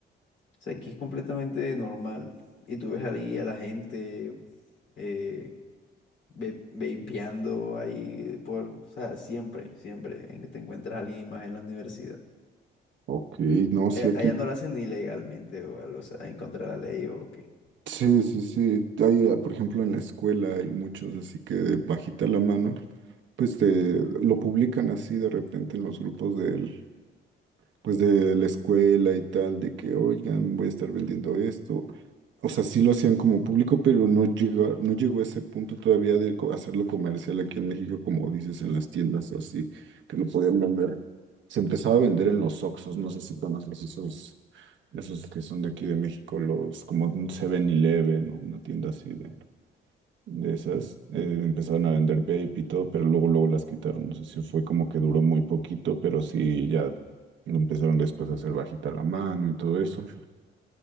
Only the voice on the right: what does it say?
ok, no,
sí aquí,
sí, sí, sí, hay, ah, por ejemplo, en la escuela hay muchos así que de bajita la mano, pues te, lo publican así de repente en los grupos del, pues de la escuela y tal, de que, oigan, voy a estar vendiendo esto, O sea, sí lo hacían como público, pero no llegó, no llegó a ese punto todavía de co- hacerlo comercial aquí en México, como dices, en las tiendas o así, que lo podían vender. Se empezaba a vender en los Oxxos, no sé si conoces esos, esos que son de aquí de México, los como un 7-Eleven o una tienda así de, de esas. eh, empezaban a vender vape y todo, pero luego, luego las quitaron. No sé si fue como que duró muy poquito, pero sí ya lo empezaron después a hacer bajita la mano y todo eso.